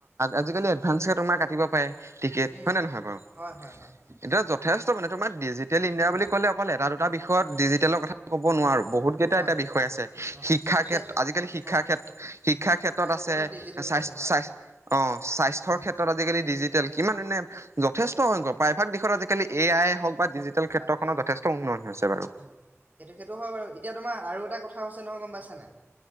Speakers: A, on the right (about 65°); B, on the right (about 35°).
A: আজিকালি এদভানস্টয়ে তোমাৰ কাটিব পাৰে টিকেট।
B: উম
A: হয় নে নহয় বাৰু?
B: হয় হয় হয়
A: এতিয়া যথেষ্ট মানে তোমাৰ ডিজিটেল ইণ্ডিয়া
B: উম
A: বুলি ক'লে অকল এটা দুটা বিষয়ত ডিজিটেলৰ কথা ক'ব নোৱাৰো বহুত কেইটা
B: নোৱাৰে
A: এটা বিষয়
B: নোৱাৰে
A: আছে,
B: অ
A: শিক্ষাৰ
B: এতিয়া
A: ক্ষেত্ৰ আজিকালি শিক্ষাৰ
B: অ
A: ক্ষেত্ৰ শিক্ষাৰ ক্ষেত্ৰ ত
B: ক্ষেত্ৰতো
A: আছে
B: ডিজিটেল
A: স্বাস্থ্য
B: হৈছে হয়
A: স্বাস্থ্যৰ অ স্বাস্থ্যৰ
B: উম
A: ক্ষেত্ৰত আজিকালি ডিজিটেল কিমান ধুনীয়া যথেষ্ট
B: অ
A: সংখ্যক প্ৰায়ভাগ দিশত আজিকালি এ আই হওক বা ডিজিটেল ক্ষেত্ৰখনত
B: তাকে
A: যথেষ্ট উন্নয়ন হৈছে বাৰু।
B: উম সেইটো সেইটো হয় বাৰু এতিয়া তোমাৰ আৰু এটা কথা হৈছে নহয় গম পাইছা নাই?